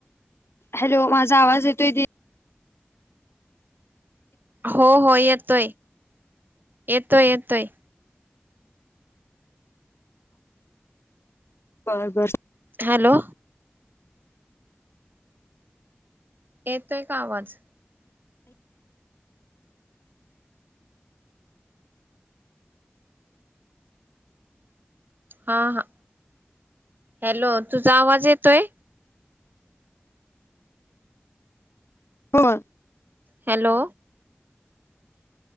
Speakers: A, on the left; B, on the right.
A: हॅलो, माझ आवाज येतोय दि
B: हो हो येतोय, येतोय येतोय.
A: बर बर
B: हॅलो येतो का आवाज? हा हा हॅलो, तुझा आवाज येतोय?
A: हो.
B: हॅलो